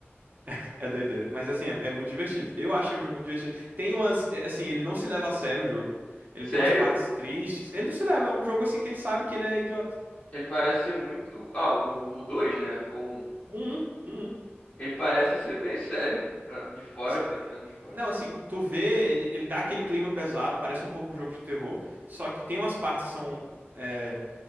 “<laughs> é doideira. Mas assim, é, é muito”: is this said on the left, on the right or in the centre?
Right